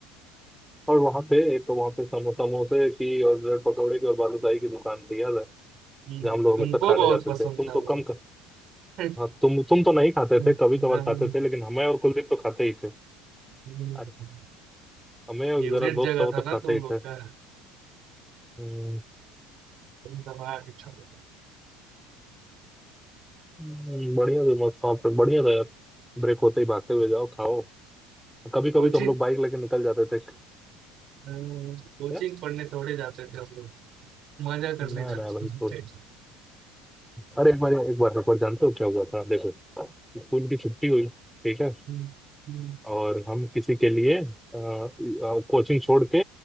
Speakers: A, in the centre; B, on the right.
A: और वहाँ पे एक तो वहाँ पे समो, समोसे की और ब्रेड पकौड़े की और बालूशाही की दुकान थी याद है
B: हम्म,
A: जहाँ हम लोग
B: तुमको
A: हमेशा खाने
B: बहुत
A: जाते
B: पसंद
A: थे तुम
B: था
A: तो
B: वो
A: कम कर
B: <laughs>
A: हाँ तुम तुम तो नहीं खाते
B: हम्म,
A: थे कभी कभार खाते थे लेकिन हमें और कुलदीप तो खाते ही थे
B: हम्म।
A: अरे हमें और
B: फेवरेट
A: जरा दोस्त
B: जगह
A: था वो
B: था
A: तो
B: ना
A: खाते
B: तुम
A: ही
B: लोग
A: थे
B: का
A: हम्म,
B: तुम दबा के खाते थे।
A: हम्म, बढ़िया था मस्त शॉप पे बढ़िया था यार ब्रेक होते ही भागते हुए जाओ खाओ कभी कभी
B: कोचिंग
A: तो हम लोग बाइक लेके निकल जाते थे
B: अम, कोचिंग
A: क्या
B: पढ़ने थोड़े जाते थे हम लोग मजा करने
A: ना
B: जाते
A: ना भाई तो
B: थे
A: अरे एक बार एक बार एक बार जानते हो क्या हुआ था देखो स्कूल की छुट्टी हुई ठीक है
B: हम्म, हम्म,
A: और हम किसी के लिए कोचिंग छोड़ के